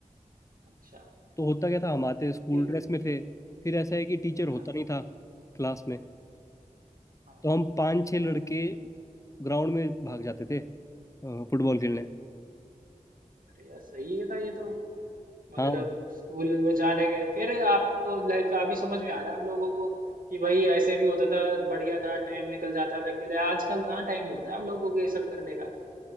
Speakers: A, on the right (about 85°); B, on the left (about 20°).
A: अच्छा
B: तो होता क्या था हम आते स्कूल
A: फिर
B: ड्रेस में थे फिर ऐसा है कि टीचर होता
A: हाँ
B: नहीं था क्लास में
A: हाँ
B: तो हम पांच छह लड़के ग्राउंड में भाग जाते थे अ, फुटबॉल खेलने
A: अरे यार सही है था ये तो मतलब
B: हाँ भाई
A: स्कूल में जाने के फिर आपको लाइक अभी समझ में आ रहा है हम लोगों को कि भाई ऐसे भी होता था बढ़िया था टाइम निकल जाता था अकेले आजकल कहाँ टाइम मिलता है हम लोगों को ये सब करने का